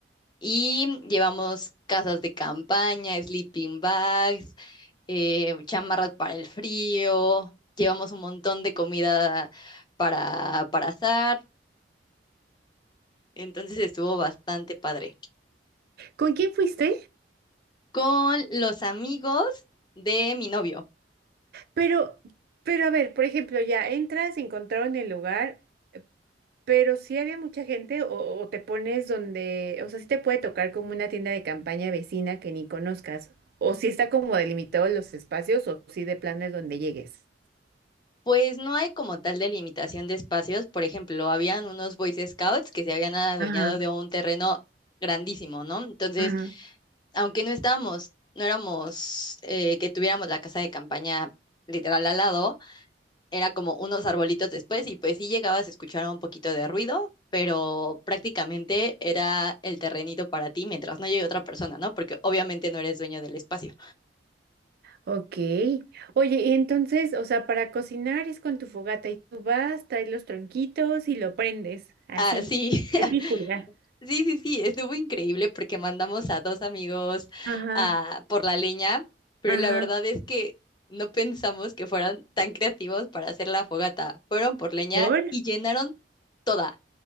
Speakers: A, on the left; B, on the right.
A: y llevamos casas de campaña, sleeping bags, eh, chamarras para el frío, llevamos un montón de comida para, para asar. entonces estuvo bastante padre.
B: ¿Con quién fuiste?
A: Con los amigos de mi novio.
B: Pero, pero a ver, por ejemplo, ya entras, encontraron el lugar, pero si había mucha gente o, o te pones donde, o sea, si te puede tocar como una tienda de campaña vecina que ni conozcas, o si está como delimitado los espacios o si de plano es donde llegues.
A: Pues no hay como tal delimitación de espacios. Por ejemplo, habían unos Boy Scouts que se habían adueñado
B: Ajá,
A: de un terreno grandísimo, ¿no? Entonces,
B: ajá.
A: aunque no estábamos, no éramos eh, que tuviéramos la casa de campaña literal al lado, era como unos arbolitos después y pues sí llegabas a escuchar un poquito de ruido, pero prácticamente era el terrenito para ti mientras no llegue otra persona, ¿no? Porque obviamente no eres dueño del espacio.
B: Ok. Oye, y entonces, o sea, para cocinar es con tu fogata y tú vas, traes los tronquitos y lo prendes, así,
A: Así
B: película.
A: <laughs> Sí, sí, sí, estuvo increíble porque mandamos a dos amigos
B: Ajá,
A: ah, por la leña, pero
B: ajá,
A: la verdad es que no pensamos que fueran tan creativos para hacer la fogata. Fueron por leña
B: ¿Por?
A: y llenaron toda,